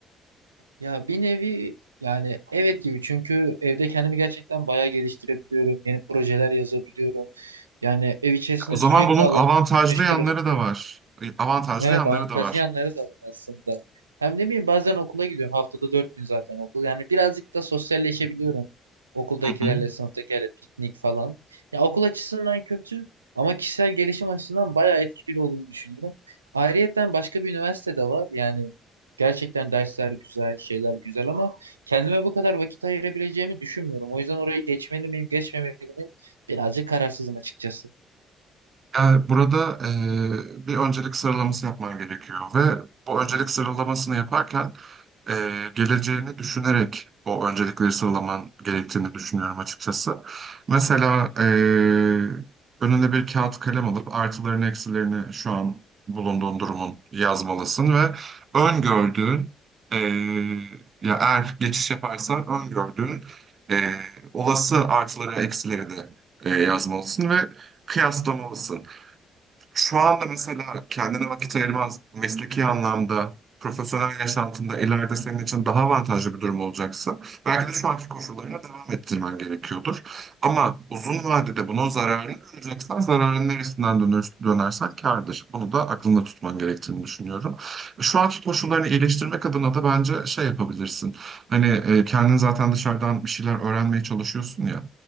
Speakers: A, on the right (about 85°); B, on the right (about 40°).
A: Ya bir nevi yani evet gibi çünkü evde kendimi gerçekten bayağı geliştirebiliyorum. Yeni projeler yazabiliyorum. Yani ev içerisinde
B: O zaman
A: sürekli
B: bunun
A: alanımla
B: avantajlı
A: meşgul
B: yanları
A: olabiliyorum.
B: da var. E, Avantajlı
A: Evet
B: yanları
A: avantajlı
B: da var.
A: yanları da var aslında. Hem ne bileyim bazen okula gidiyorum. Haftada dört gün zaten okul. Yani birazcık da sosyalleşebiliyorum. Okuldakilerle,
B: Hı hı.
A: sınıftakilerle piknik falan. Ya okul açısından kötü ama kişisel gelişim açısından bayağı etkili olduğunu düşünüyorum. Ayrıyeten başka bir üniversite de var. Yani gerçekten dersler güzel, şeyler güzel ama kendime bu kadar vakit ayırabileceğimi düşünmüyorum. O yüzden oraya geçmeli miyim, geçmemeli miyim? Birazcık kararsızım açıkçası.
B: Yani burada eee, bir öncelik sıralaması yapman gerekiyor ve bu öncelik sıralamasını yaparken eee, geleceğini düşünerek o öncelikleri sıralaman gerektiğini düşünüyorum açıkçası. Mesela eee önüne bir kağıt kalem alıp artılarını eksilerini şu an bulunduğun durumun yazmalısın ve öngördüğün eee ya eğer geçiş yaparsan öngördüğün eee, olası artıları eksileri de eee, yazmalısın ve kıyaslamalısın. Şu anda mesela kendine vakit ayırmaz mesleki anlamda, profesyonel yaşantında ileride senin için daha avantajlı bir durum olacaksa belki de şu anki koşullarına devam ettirmen gerekiyordur. Ama uzun vadede bunun zararını göreceksen zararın neresinden dönür, dönersen kârdır. Bunu da aklında tutman gerektiğini düşünüyorum. Şu anki koşullarını iyileştirmek adına da bence şey yapabilirsin. Hani e, kendin zaten dışarıdan bir şeyler öğrenmeye çalışıyorsun ya.